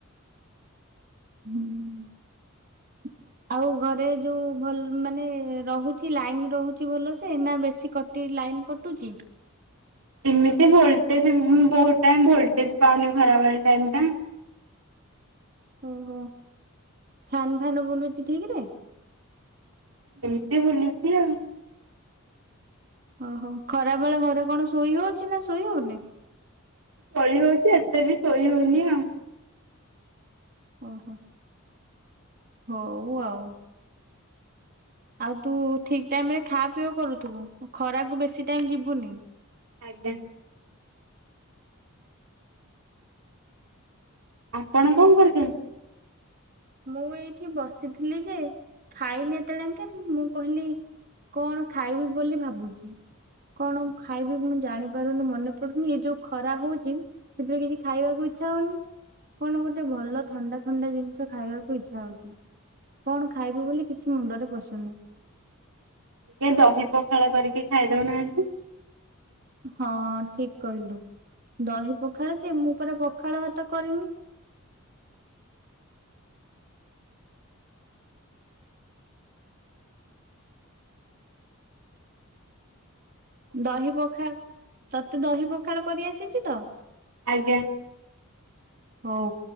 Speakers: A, on the right; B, on the right.
A: ହୁଁ। ଆଉ ଘରେ ଯୋଉଁ ଭଲ ମାନେ ରହୁଛି ଲାଇନ ରହୁଛି ଭଲସେ ନାଁ ବେଶୀ କ ସେଠି ଲାଇନ୍ କଟୁଛି।
B: ଏମିତି ଭୋଲଟେଜ ଉଁମଁ ବହୁତ ଟାଇ ଭୋଲଟେଜ ପାଉନି ଖରା ବେଳ ଟାଇମ୍ ଟା।
A: ଓ ହୋ ଫ୍ୟାନ ଫ୍ୟାନ ବୁଲୁଛି ଠିଁକୀରେ।
B: ଏମିତି ବୁଲୁଛି ଆଉଁ
A: ଓ ହୋ। ଖରା ବେଳେ ଘରେ କଣ ଶୋଇ ହଉଛି ନାଁ ଶୋଇ ହଉନି
B: ଶୋଇ ହଉଛି। ଏତେ ବି ଶୋଇ ହଉନି ଆଉ
A: ଓ ହୋ। ହଉ ଆଉଁ। ଆଉ ତୁ ଠିଁକ ଟାଇମ ରେ ଖାଁ ପିୟ କରୁଥୁବୁ ଖରାକୁ ବେଶୀ ଟାଇମ ଯିବୁନି।
B: ଆଜ୍ଞା। ଆପଣ କଣ କରୁଛନ୍ତି?
A: ମୁଁ ଏଇଠି ବସିଥିଲି ଯେ ଖାଇନି ଏତେ ବେଳେ ଯାଙ୍କେ ମୁଁ କହିଲି କଣ ଖାଇବି ବୋଲି ଭାବୁଛି। କଣ ମୁଁ ଖାଇବି କଣ ମୁଁ ଜାଣିପାରୁନି ମନେ ପଡୁନି ଏ ଯୋଉଁ ଖରା ହଉଛି ସେଥିରେ କିଛି ଖାଇବାକୁ ଇଚ୍ଛା ହଉନି। କଣ ଗୋଟେ ଭଲ ଥଣ୍ଡା ଥଣ୍ଡା ଜିନିଷ ଖାଇବାକୁ ଇଚ୍ଛା ହଉଛି। କଣ ଖାଇବି ବୋଲି କିଛି ମୁଣ୍ଡରେ ପଶୁନି?
B: ଏଁ ଦହି ପଖାଳ କରିକି ଖାଇଦଉନାହାନ୍ତି।
A: ହଁ ଠିକ କହିଲୁ। ଦହି ପଖାଳ ଯେ ମୁଁ ପରା ପଖାଳ ଭାତ କରିନି। ଦହି ପଖାଳ। ତତେ ଦହି ପଖାଳ କରି ଆସିଛି ତ?
B: ଆଜ୍ଞା।
A: ହଉ।